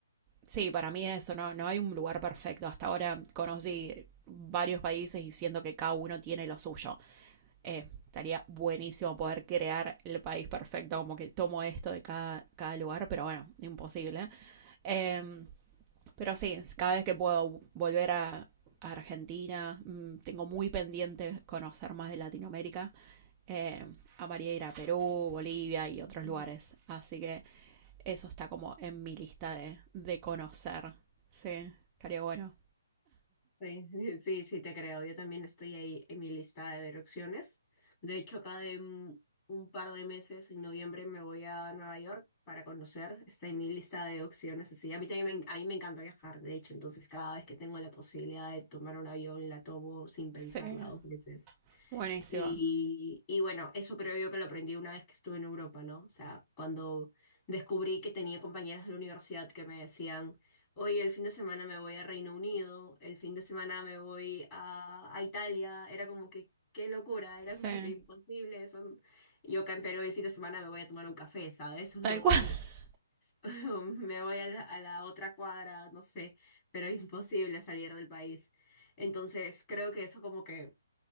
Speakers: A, on the right; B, on the left.
A: Sí, para mí eso, no, no hay un lugar perfecto. Hasta ahora conocí varios países y siento que cada uno tiene lo suyo. Eh, estaría buenísimo poder crear el país perfecto, como que tomo esto de cada, cada lugar, pero bueno, imposible. Eh, pero sí, cada vez que puedo volver a, a Argentina, mm, tengo muy pendiente conocer más de Latinoamérica. Eh, amaría ir a Perú, Bolivia y otros
B: Ujú.
A: lugares. Así que eso está como en mi lista de, de conocer. Sí, estaría bueno.
B: Sí, <laughs> sí, sí, te creo. Yo también estoy ahí en mi lista de ver opciones. De hecho, acá de un, un par de meses, en noviembre, me voy a Nueva York para conocer. Está en mi lista de opciones. Así, a mí también me, en- a mí me encanta viajar, de hecho. Entonces, cada vez que tengo la posibilidad de tomar un avión, la tomo sin pensarla
A: Sí,
B: dos veces.
A: buenísimo.
B: Y, y bueno, eso creo yo que lo aprendí una vez que estuve en Europa, ¿no? O sea, cuando descubrí que tenía compañeras de la universidad que me decían, oye, el fin de semana me voy a Reino Unido, el fin de semana me voy a, a Italia, era como que, qué locura, era
A: Sí,
B: como que imposible. Eso... Yo acá en Perú el fin de semana me voy a tomar un café, ¿sabes? <laughs> Me
A: tal
B: voy,
A: cual. <laughs>
B: <laughs> me voy a la, a la otra cuadra, no sé, pero imposible salir del país. Entonces, creo que eso como que